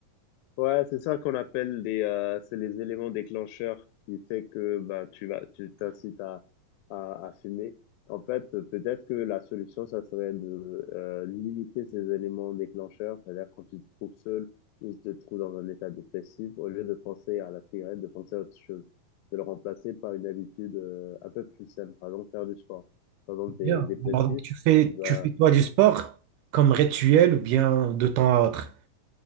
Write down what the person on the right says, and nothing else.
Bien.
Alors, donc, tu fais,
tu fais toi du sport comme rituel ou bien de temps à autre?